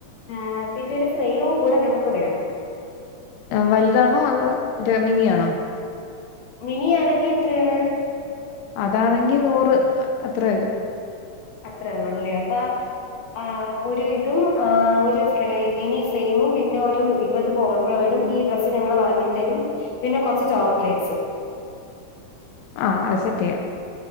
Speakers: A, on the left (about 65°); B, on the left (about 80°).
A: ആഹ് പിന്നെ ഒരു ഫ്രെവും കൂടെ ഞങ്ങക്ക് വേണം.
B: വലുതാണോ അത് രമിനിയാണോ?
A: മിനിാണെങ്കി എത്രയാണ്?
B: അതാണെങ്കി നൂറ്. അത്ര വരും.
A: അത്ര ഉള്ളേ ല്ലാ പ്പാ ആഹ് ഒരു ഇതും. ആ ഒരു മിനി സലെയിമും പിന്നെ ഒരു ഇരുപത് ബോളറോയിടും ഈ ഡ്രസ്സ് ഞങ്ങള് വാങ്ങിത്തരും പിന്നെ കുറച്ച് ചോക്ലേറ്റ്സും
B: ആഹ് അത് സെറ്റ് ചെയ്യാം.